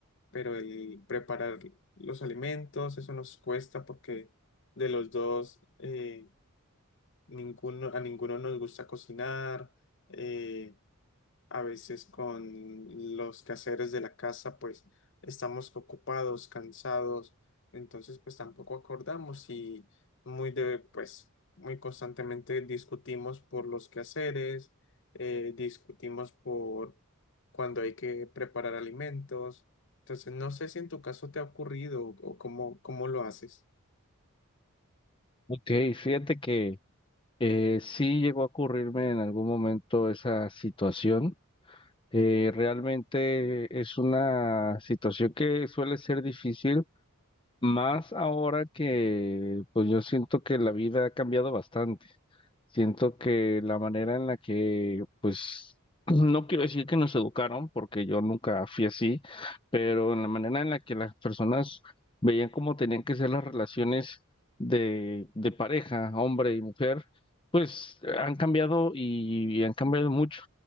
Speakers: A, on the left (about 55°); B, on the left (about 25°).
A: pero el preparar los alimentos, eso nos cuesta porque de los dos, eh, ninguno, a ninguno nos gusta cocinar, eh, a veces con los quehaceres de la casa, pues estamos ocupados, cansados, entonces pues tampoco acordamos y muy de, pues muy constantemente discutimos por los quehaceres, eh, discutimos por cuando hay que preparar alimentos. Entonces no sé si en tu caso te ha ocurrido o cómo, cómo lo haces.
B: Ok, fíjate que eh, sí llegó a ocurrirme en algún momento esa situación. Eh, realmente es una situación que suele ser difícil Más ahora que, pues yo siento que la vida ha cambiado bastante. Siento que la manera en la que, pues, <clears throat> no quiero decir que nos educaron, porque yo nunca fui así, pero en la manera en la que las personas veían cómo tenían que ser las relaciones de, de pareja, hombre y mujer, pues han cambiado y, y han cambiado mucho.